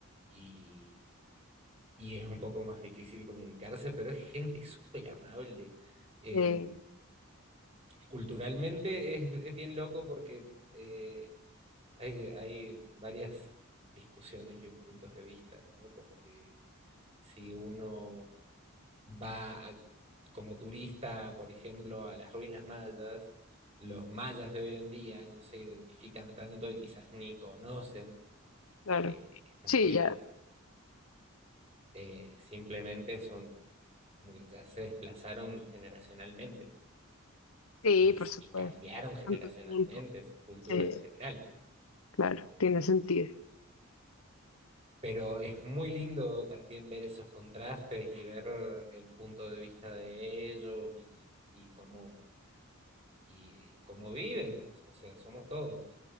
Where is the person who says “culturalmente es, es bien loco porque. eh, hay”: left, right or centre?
Right